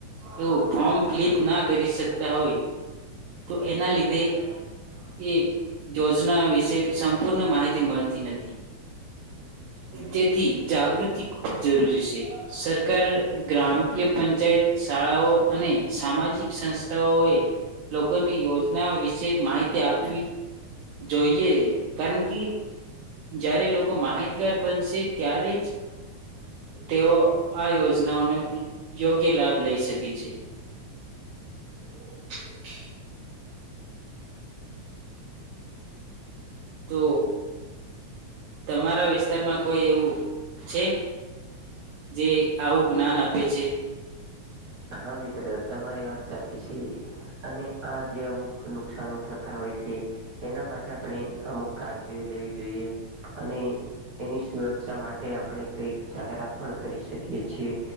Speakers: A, on the right; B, on the right.
A: એવું ફોર્મ ફિલિપ ના કરી શક હોય તો એના લીધે એ યોજના વિશે સંપૂર્ણ માહિતી મળતી નથી જેથી જાગૃતિ ખૂબ જરૂરી છે સરકાર ગ્રામ્ય પંચાયત શાળાઓ અને સામાજિક સંથા એ લોકોની યોજનાઓ વિશે માહિતી આપવી જોઈએ કારણ કે જ્યારે લોકો માહિતગાર બનશે ત્યારે જ તેઓ આ યોજનાઓનો યોગ્ય લાભ લઈ શકે છે <unintelligible> તો તમારા વિસ્તારમાં કોઈ એવું છે જે આવું જ્ઞાન આપે છે
B: હા મિત્ર તમારી વાત સાચી છે અને આ જે અમુક નુકશાનો થતા હોય છે એના માટે આપણે અમુક કાળજી લેવી જોઈએ અને એની સુરક્ષા માટે આપણે કઈક જાહેરાત પણ કરી શકીએ છીએ